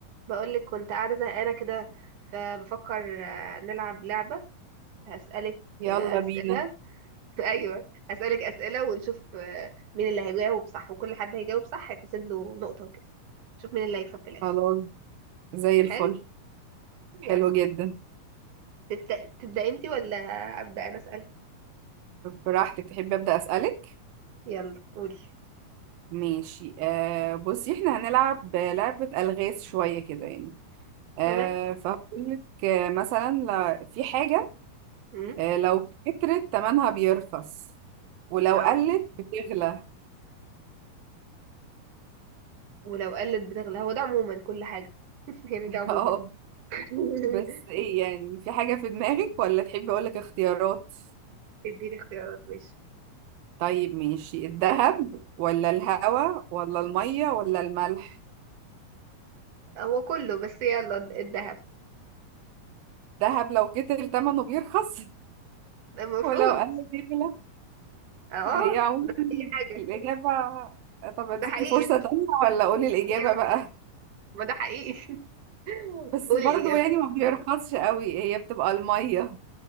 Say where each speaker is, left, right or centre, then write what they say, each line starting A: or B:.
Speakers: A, on the right; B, on the right.
A: بقولك كنت قاعدة زهقانة كده فبفكر آه، نلعب لعبة هسألك
B: يلا
A: آه، أسئلة
B: بينا
A: <laughs> أيوة هسألك أسئلة ونشوف آه، مين اللي هيجاوب صح وكل حد هيجاوب صح هيتحسب له نقطة وكده نشوف مين اللي هيكسب في الآخر
B: خلاص زي الفل
A: حلو
B: حلو
A: يلا
B: جدا
A: تبدأ تبدأ انتي ولا أبدأ أنا أسأل
B: براحتك تحب أبدأ أسألك
A: يلا قولي
B: ماشي آه بصي احنا هنلعب لعبة ألغاز شوية كده يعني آه
A: تمام
B: فهقولك آه مثلا ل- في حاجة
A: امم
B: آه لو كترت تمنها بيرخص ولو
A: اه
B: قلت بتغلى
A: ولو قلت بتغلى هو ده عموما كل حاجة <laughs> يعني
B: <laughs>
A: ده عموما
B: اه
A: <laughs>
B: بس ايه يعني في حاجة في دماغك ولا تحبي أقولك اختيارات
A: اديني اختيارات ماشي
B: طيب ماشي الذهب ولا الهوا ولا المية ولا الملح
A: هو كله بس يلا الذهب
B: دهب لو كتر تمنه بيرخص <laughs>
A: المفروض
B: ولو قل بيغلى
A: اه
B: هي عموما
A: ده اي حاجة
B: الإجابة طب أديكي
A: ده حقيقي
B: فرصة تانية ولا أقول
A: ده
B: الإجابة
A: حقيقي على
B: بقى
A: فكرة ما ده حقيقي <laughs>
B: بس
A: قولي
B: برضو
A: الإجابة
B: يعني ما بيرخصش قوي هي بتبقى المية